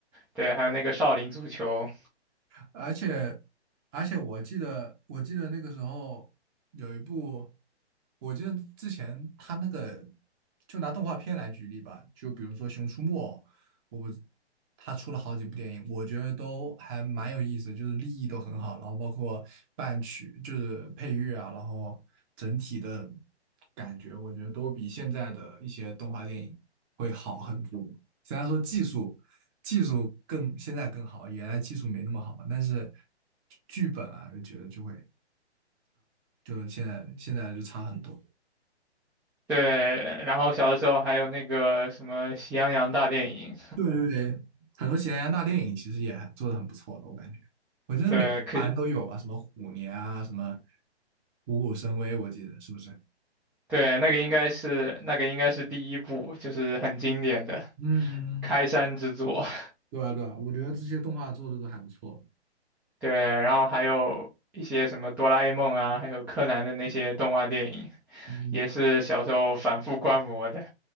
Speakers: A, in the centre; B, on the right (about 20°).
A: 对，还有那个少林足球，
B: 而且而且我记得我记得那个时候有一部，我记得之前他那个就拿动画片来举例吧，就比如说《熊出没》，我不，他出了好几部电影，我觉得都还蛮有意思，就是立意都很好，然后包括伴曲就是配乐啊，然后整体的感觉，我觉得都比现在的一些动画电影会好很多。虽然说技术技术更现在更好，原来技术没那么好嘛，但是剧本啊，就觉得就会就现在现在就差很多。
A: 对，然后小的时候还有那个什么喜羊羊大电影，
B: 对对对，很多喜羊羊大电影其实也做的很不错的，我感觉，我觉得每好像都有吧，
A: <laughs> 对，可
B: 什么虎年啊，什么虎虎生威，我记得是不是？
A: 对，那个应该是那个应该是第一部，就是很经典的
B: 嗯，
A: 开山之作。<laughs>
B: 对啊对啊，我觉得这些动画做的都还不错。
A: 对，然后还有一些什么哆啦 A 梦啊，还有柯南的那些动画电影，
B: 嗯，
A: 也是小时候反复观摩的。